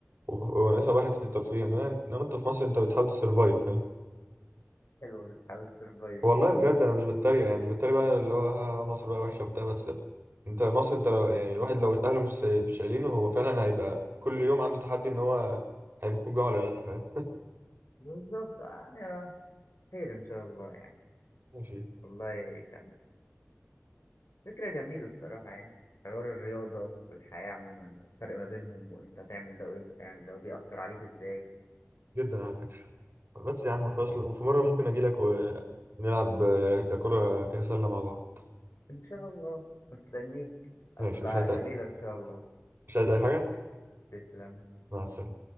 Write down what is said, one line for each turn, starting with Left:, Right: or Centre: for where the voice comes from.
Right: وناقصها بقى حتة الترفيه انما انت في مصر انت بتحاول تسرفايف
Left: حلو بتحاول تسرفايف
Right: والله
Left: دي
Right: بجد انا مش بتريق يعني مش بتريق بقى اللي هو ها ها مصر بقى وحشه وبتاع بس انت مصر انت لو يعني الواحد لو اهله مش ساي- مش شايلينه هو فعلا هيبقى كل يوم عنده تحدي ان هو هيموت من الجوع ولا لا فاهم
Left: <laughs> بالظبط آه، يعني آه، خير ان شاء الله يعني
Right: <laughs> ماشي
Left: والله كان فكرة جميلة الصراحة يعني حوار الرياضة والحياة عموما والفرق ما بينهم وامتى تعمل ده وامتى تعمل ده وبيأثر عليك ازاي
Right: جدا على فكره بس يا عم
Left: <laughs>
Right: خلاص لو- وفي مره ممكن اجي لك ونلعب آه، يا كره يا سله مع بعض
Left: ان شاء الله مستنيك هتبقى
Right: ماشي مش عايز
Left: جميلة ان شاء الله
Right: مش عايز اي حاجه
Left: تسلم
Right: مع السلامه